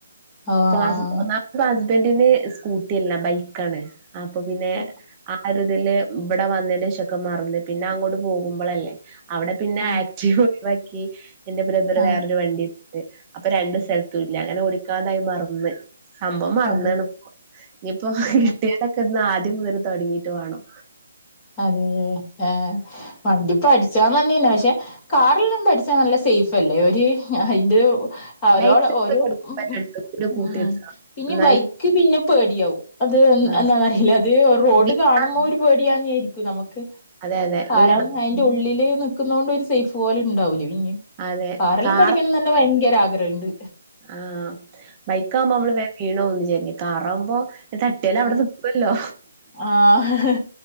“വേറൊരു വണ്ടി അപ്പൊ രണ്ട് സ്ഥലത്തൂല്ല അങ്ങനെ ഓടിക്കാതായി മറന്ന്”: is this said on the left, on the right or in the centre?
Right